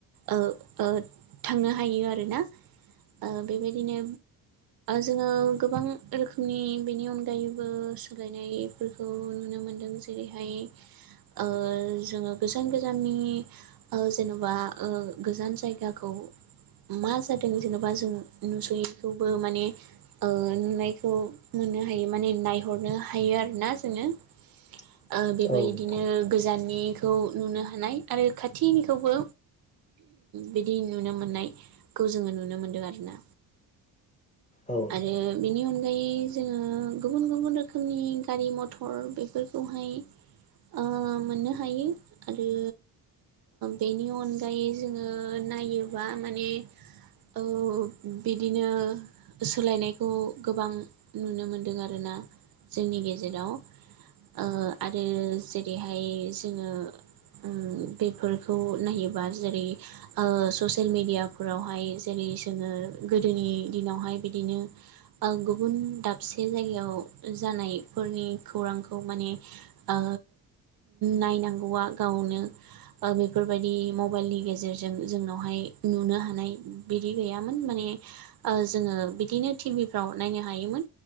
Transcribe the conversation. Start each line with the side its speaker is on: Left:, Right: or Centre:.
Right: ओ थांनो हायो आरोना ओ बेबायदिनो जोङो गोबां रोखोमनि बेनि अनगायैबो सोलायनायफोरखौ नुनो मोनदों जेरैहाय ओ जोङो गोजान गोजाननि ओ जेनबा गोजान जायगाखौ मा जादों जेनेबा जों नुसयैखौबो माने ओ नुनायखौ नुनो हायो माने नायहरनो हायो आरोना जोङो
Left: <inaudible>
Right: ओ बेबायदिनो
Left: औ नोंथां
Right: गोजाननिखौ नुनो हानाय आरो खाथिनिखौबो बिदि नुनो मोननायखौ जोङो नुनो मोनदों आरो ना
Left: औ नोंथां
Right: आरो बिनि अन गायै जोङो गुबुन गुबुन रोखोमनि गारि मथर बेफोरखौहाय ओ मोननो हायो आरो बेनि अनगायै जोङो नायोबा माने औ बिदिनो सोलायनायखौ गोबां नुनो मोनदों आरोना। जोंनि गेजेराव ओ आरो जेरैहाय जोङो ओम बेफोरखौ नायोबा जेरै ससियेल मेडियाफोरावहाय जेरै जोङो गोदोनि दिनावहाय बिदिनो गुबुन दाबसे जायगायाव जानायफोरनि खौरां खौ माने ओ नायनांगौआ गावनो बेफोरबायदि मबाइलनि गेजेरजों जोंनावहाय नुनो हानाय बिदि गैयामोन माने ओ जोङो बिदिनो टिभिफ्राव नायनो हायोमोन।